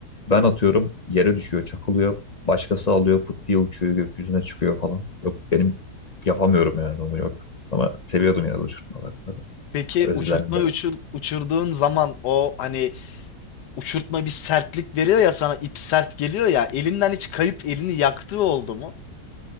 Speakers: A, on the left; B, on the left.
A: Ben atıyorum, yere düşüyor, çakılıyor. Başkası alıyor, fıt diye uçuyor, gökyüzüne çıkıyor falan. Yok benim yapamıyorum yani onu yok. Ama seviyordum yine de uçurtmaları tabii.
B: <laughs> Peki
A: Özlendi.
B: uçurtma uçur, uçurduğun zaman o hani uçurtma bir sertlik veriyor ya sana ip sert geliyor ya elinden hiç kayıp elini yaktığı oldu mu?